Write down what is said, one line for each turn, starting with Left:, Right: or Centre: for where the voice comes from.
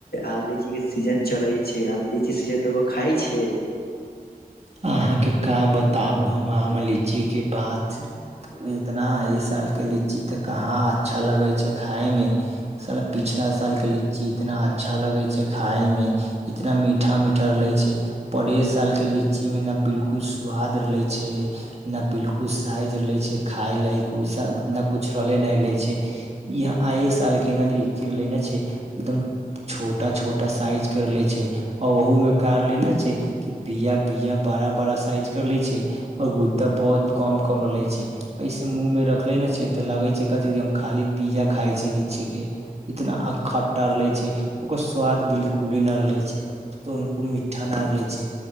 Left: आम, लीची के सीजन चलै छै, आम, लीची सीजन खाइ छै।
Right: अहााँ के का बताउ हम आम, लीची के बात, इतना इ साल के लीची ते कहाँ अच्छा लगे छै खाय में, स पिछला साल के लीची इतना अच्छा लगे छै खााय में इतना मीठा-मीठा लगई छै, परे साल के ली लीची में न बिलकुल स्वाद रहले छै, ने बिलकुल साइज रहले छै, खाय लाइक ओसा उतना कुछ रहले न ले छै, ईहा यहााँ आय साल के ने लीची रहले ने छै एकदम छोटा छोटा साइज के रहले छै आ ओह मे कारले ने छै कि बियाा बीियाा बड़ा-बड़ा साइज के ले छै और गुद्दा बहुत कम कम ले छै, ऐस मुँह में रखले ने छै तऽ लगे छै कथि हम खाली बीियाा खााय छै, लीची के इतना खटटा ले छै, ओकर स्वाद बिलकुले नहिे छै, त हनको मीठा न ले छै।